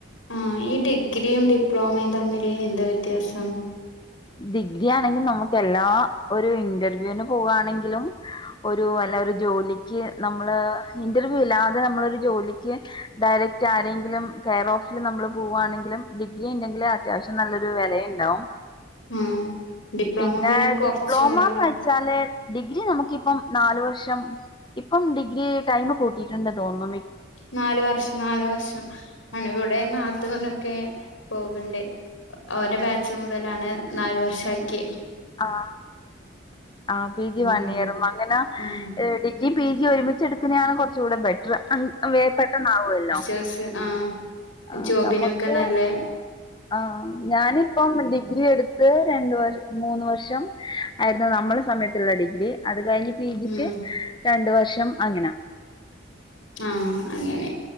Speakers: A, on the left (about 85°); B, on the left (about 25°).
A: ആഹ് ഈ ഡിഗ്രിയും ഡിപ്ലോമയും തമ്മില് എന്താ വ്യത്യാസം
B: ഡിഗ്രി ആണെങ്കിൽ നമുക്ക് എല്ലാ ഒരു ഇന്റർവ്യൂവിന് പോവാണെങ്കിലും ഒരു അല്ല ഒരു ജോലിക്ക് നമ്മള് ഇന്റർവ്യൂ ഇല്ലാതെ നമ്മളൊരു ജോലിക്ക് ഡയറക്റ്റ് ആരെങ്കിലും കെയർ ഓഫിൽ നമ്മൾ പോവാണെങ്കിലും ഡിഗ്രി ഉണ്ടെങ്കിൽ അത്യാവശ്യം നല്ലൊരു വിലയുണ്ടാവും
A: ആ ഡിപ്ലോമ
B: പിന്നെ
A: കൊറച്ചൊള്ളല്ലോ
B: ഡിപ്ലോമന്ന് വെ ച്ചാൽ ഡിഗ്രി നമുക്കിപ്പം നാലു വർഷം ഇപ്പം ഡിഗ്രി ടൈം കൂട്ടിയിട്ടുണ്ട് തോന്നും
A: നാല് വർഷം നാല് വർഷം ആണ് ഇവിടെയും നാത്തൂന് ഒക്കെ പോക്ണ്ട് അവരെ ബാച്ച് മുതലാണ് നാലു വർഷാക്കിയെ
B: ആഹ് ആഹ് പി
A: അങ്ങനെ
B: ജി വൺ ഇയറും അങ്ങനെ
A: ഉം
B: ഡി ഡിഗ്രിയും പി ജി യും ഒരുമിച്ചെടുക്കുന്നായാണ് കുറച്ച് കൂടെ ബെറ്റർ വേ പെട്ടെന്നവുമല്ലോ
A: യസ് ആഹ്
B: ആഹ്
A: ജോബിനൊക്കെ
B: നമുക്ക്
A: നല്ല
B: ആഹ് ഞാനിപ്പം ഡിഗ്രി എടു ത്ത് രണ്ട് വർ മൂന്ന് വർഷം ആയിരുന്നു നമ്മളെ സമയത്തുള്ള ഡിഗ്രി അത് കഴിഞ്ഞ് പി ജിക്ക്
A: ഉം
B: രണ്ടു വർഷം അങ്ങന
A: ആഹ് അങ്ങനെ